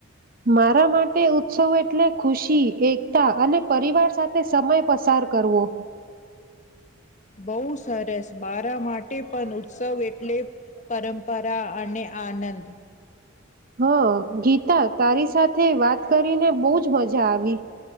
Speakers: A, on the right; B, on the left.
A: મારા માટે ઉત્સવ એટલે. ખુશી એકતા અને પરિવાર સાથે સમય પસાર કરવો
B: બહુ સરસ બરા માટે પણ ઉત્સવ એટલે પરંપરા અને આનંદ.
A: હ. ગીતા તારી સાથે વાત કરીને બહુજ મજા આવી